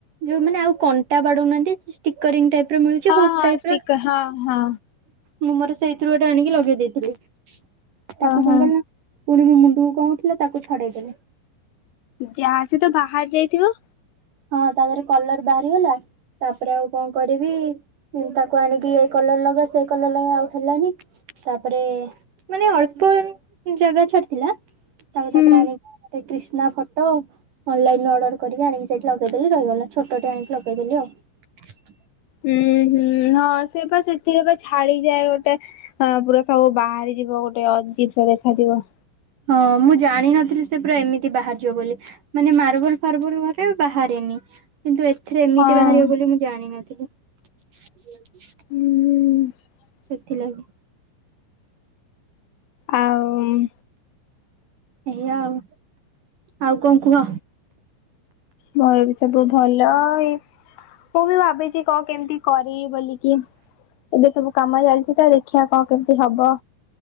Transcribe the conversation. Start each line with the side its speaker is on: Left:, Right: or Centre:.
Right: ଯୋଉ ମାନେ ଆଉ କଣ୍ଟା ବାଡଉ ନାହାଁନ୍ତି ସ୍ଟିକରିଂ ଟାଇପ ର ମିଳୁଛି
Left: ହଁ
Right: ହୁକ୍
Left: ହଁ
Right: ଟାଇପର।
Left: ଷ୍ଟିକର ହଁ ହଁ
Right: ମୁଁ ମୋର ସେଇଥିରୁ ଗୋଟେ ଆଣିକି ଲଗେଇ ଦେଇଥିଲି। ତାକୁ
Left: ହଁ
Right: କଣ
Left: ହଁ।
Right: କଲି ନା ପୁଣି ମୋ ମୁଣ୍ଡକୁ କଣ ଉଠିଲା ତାକୁ ଛଡେଇଦେଲି।
Left: ଯା ସେ ତ ବାହାର ଯାଇଥିବ।
Right: ହଁ ତା ଦେହରେ କଲର ବାହାରିଗଲା। ତାପରେ ଆଉ କଣ କରିବି ତାକୁ ଆଣିକି ଏ କଲର ଲଗା ସେ କଲର ଲଗା ଆଉ ହେଲାନି ତାପରେ ମାନେ ଅଳ୍ପ ଜାଗା ଛାଡିଥିଲା ତାକୁ ତାପରେ
Left: ହୁଁ।
Right: ଆଣିକି ଗୋଟେ କ୍ରିଶ୍ ନା ଫଟୋ ଅନଲାଇନରୁ ଅର୍ଡର କରିକି ଆଣିକି ସେଠି ଲଗେଇଦେଲି ରହିଗଲା। ଛୋଟଟେ ଆଣିକି ଲଗେଇଦେଲି ଆଉ।
Left: ହୁଁ ହୁଁ ହଁ ସେ ବା ସେଥିରେ ବା ଛାଡିଯାଏ ଗୋଟେ ପୁରା ସବୁ ବାହାରି ଯିବ ଗୋଟେ ଅଜୀବ ସା ଦେଖାଯିବ।
Right: ହଁ ମୁଁ ଜାଣିନଥିଲି ସେ ପୁରା ଏମିତି ବାହାରିଯିବ ବୋଲି ମାନେ ମାର୍ବୁଲ ଫାର୍ବୁଲ ଘରେ ବାହାରେନି। କିନ୍ତୁ ଏଥିରେ ଏମିତି
Left: ହଁ।
Right: ବାହାରିବ ବୋଲି ମୁଁ ଜାଣିିନଥିଲି। <unintelligible>
Left: ହୁଁ।
Right: ଥିଲ କି।
Left: ଆଉ
Right: ଏୟା ଆଉ। ଆଉ କଣ କୁହ?
Left: ମୋର ବି ସବୁ ଭଲ। ଏଇ ମୁଁ ବି ଭାବିଛି କଣ କେମିତି କରି ବୋଲିକି ଏବେ ସବୁ କାମ ଚାଲିଛି ତ ଦେଖିବା କଣ କେମିତି ହବ